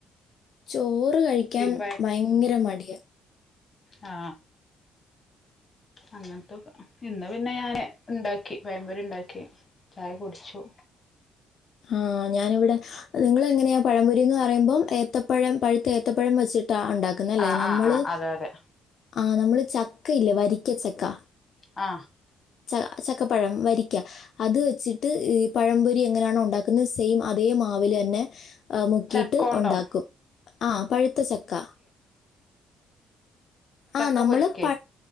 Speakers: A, on the left (about 60°); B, on the left (about 30°).
A: ചോറ് കഴിക്കാൻ
B: പിന്നെ
A: ഭയങ്കര മടിയാ
B: ആ അങ്ങൻത്തൊക്ക ഇന്ന് പിന്നെ ഞാന് ഉണ്ടാക്കി പയമ്പൊരി ണ്ടാക്കി ചായ കുടിച്ചു
A: ആ ഞാനിവിടെ നിങ്ങളെങ്ങനെയാ പഴംപൊരിന്ന് പറയുമ്പം ഏത്തപ്പഴം പഴുത്ത ഏ ത്തപ്പഴം വെച്ചിട്ടാ ഒണ്ടാക്ക്‌ന്നെ ല്ലേ
B: ആഹ്
A: നമ്മള്
B: ആഹ് ആഹ് അതെ അതെ
A: ആ നമ്മള് ചക്കയില്ലേ വരിക്കച്ചക്ക
B: ആ
A: ച ചക്കപ്പഴം വരിക്ക അത് വെച്ചിട്ട് പഴം പൊരി എങ്ങനാണോ ഉ ണ്ടാക്കുന്നത് സെയിം അതേ മാവിലെന്നെ മുക്കിട്ട്
B: ചക്കോണ്ടോ
A: ഒണ്ടാക്കും ആ പഴുത്ത ചക്ക
B: ചക്ക
A: ആ നമ്മള്
B: പൊരിക്കേ
A: പ